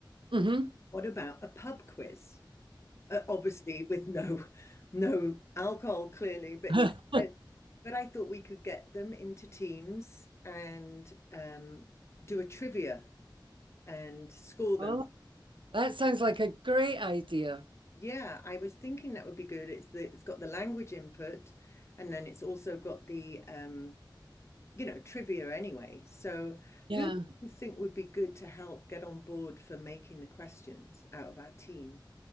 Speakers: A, on the right; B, on the left.
A: hmm
B: What about a pub quiz? Uh, obviously with no no alcohol clearly, but
A: <laughs>
B: you know, uh, but I thought we could get them into teams and um do a trivia and score them.
A: Oh, That sounds like a great idea.
B: Yeah, I was thinking that would be good. It's the it's got the language input and then it's also got the um, you know, trivia anyway. So
A: Yeah.
B: who do you think would be good to help get on board for making the questions out of our team?